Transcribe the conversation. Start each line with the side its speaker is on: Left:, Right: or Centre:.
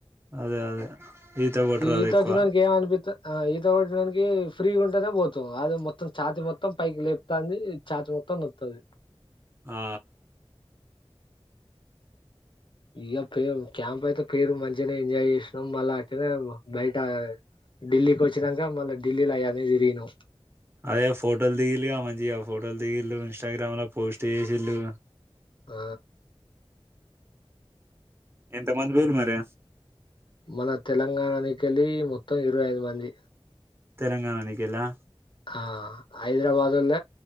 Right: అదే అదే ఈత కొట్టారు వాళ్ళు
Left: ఈత
Right: ఎక్కువ
Left: వచ్చినోనికి ఏం అనిపిత్త ఆ ఈత కొట్టడానికి ఫ్రీ గా నే పోతాం అది మొత్తంఛాతి మొత్తం పైకి లేపుతాంది చాచు మొత్తం నతది
Right: ఆ
Left: ఇక పేరు క్యాంప్ అయితే పేరు మంచిగానే ఎంజాయ్ చేసినాం మళ్ళా అట్నే బయట ఢిల్లీకి వచ్చినాక మళ్ళా ఢిల్లీలో అయ్యానే తిరిగినం
Right: అదే ఫోటోలు దిగిలిగా మంచిగా ఆ ఫోటోలు దిగిళ్ళ ఇన్స్టాగ్రామ్ లో పోస్ట్ చేసిళు
Left: ఆ
Right: ఎంత మంది పోలు మరి
Left: మన తెలంగాణనికెళ్ళలి మొత్తం ఇరవై ఐదు మంది
Right: తెలంగాణ టికలా
Left: ఆ హఐదరాబాదుల